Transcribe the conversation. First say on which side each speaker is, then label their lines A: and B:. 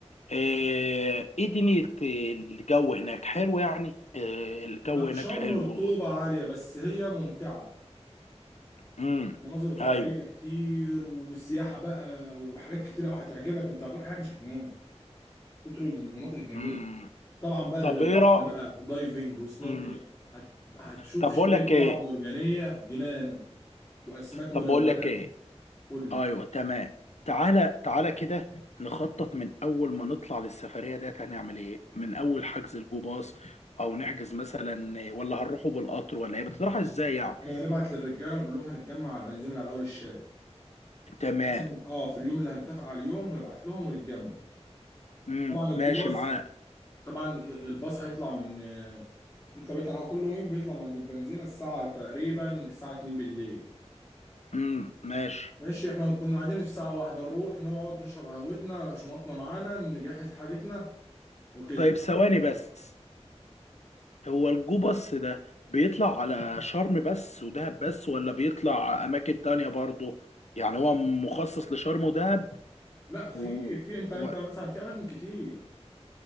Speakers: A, on the left; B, on the left.
A: آه، ايه دنيا الجو هناك حلو يعني آه، الجو
B: لا
A: هناك
B: شرم
A: حلو
B: رطوبة عالية بس هي ممتعة
A: امم
B: مناظر طبيعية
A: ايوه
B: كتير وسياحة بقى وحاجات كتير قوي هتعجبك انت هتروح هناك مش هتنام كتر المناطق الجميلة
A: امم
B: طبعا بقى
A: طب
B: غير البحر
A: ايه رأ
B: بقى ودايفنج وسنوركلينج
A: امم
B: هت... هتشوف
A: طب
B: شويه
A: بقول لك
B: شعاب
A: ايه
B: مرجانيه جنان واسماك ملونه
A: طب بقول لك ايه
B: قول لي
A: ايوه تمام تعالى تعالى كده نخطط من اول ما نطلع للسفرية ديت هنعمل ايه من اول حجز الجو باص او نحجز مثلا ولا هنروحوا بالقطر ولا ايه بتطرح
B: بص
A: ازاي يعني
B: انا هنبعت للرجاله ونقول لهم هنتجمع على البنزين اللي على اول الشارع
A: تمام
B: مثلا اه في اليوم اللي هنتفق على اليوم ونبعت لهم ونتجمع
A: امم
B: طبعا الجوباز
A: ماشي معاك
B: طبعا الباص هيطلع من بيطلع بيطلع هو كل يوم بيطلع من عند البنزينه الساعه تقريبا الساعه 2 بالليل
A: امم ماشي
B: ماشي احنا هنكون قاعدين في الساعه واحدة نروح نقعد نشرب قهوتنا شنطنا معانا نجهز حاجتنا وكده
A: طيب ثواني بس هو الجوبس ده بيطلع على شرم بس ودهب بس ولا بيطلع أماكن تانية برضه يعني هو مخصص لشرم ودهب
B: لا في
A: و...
B: في انت انت
A: و...
B: مثلا في اماكن كتير